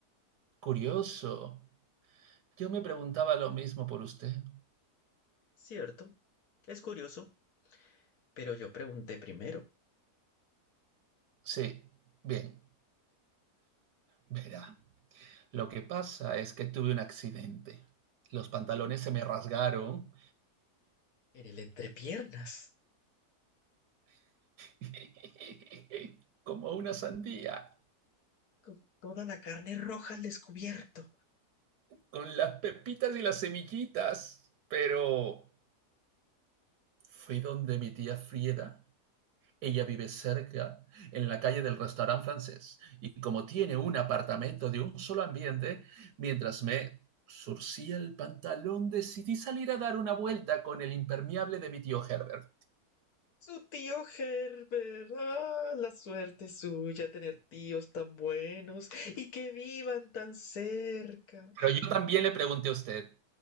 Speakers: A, on the right; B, on the left.
A: curioso. Yo me preguntaba lo mismo por usted.
B: Cierto. Es curioso. Pero yo pregunté primero.
A: Sí, bien. Verá, lo que pasa es que tuve un accidente. Los pantalones se me rasgaron
B: En el entrepiernas.
A: <laughs> como una sandía,
B: con toda la carne roja al descubierto.
A: con las pepitas y las semillitas. Pero fui donde mi tía Frieda Ella vive cerca, en la calle del restaurante francés, y como tiene un apartamento de un solo ambiente, mientras me surcía el pantalón decidí salir a dar una vuelta con el impermeable de mi tío Herbert.
B: Su tío Herbert. Ah, la suerte suya tener tíos tan buenos y que vivan tan cerca.
A: Pero yo también le pregunté a usted.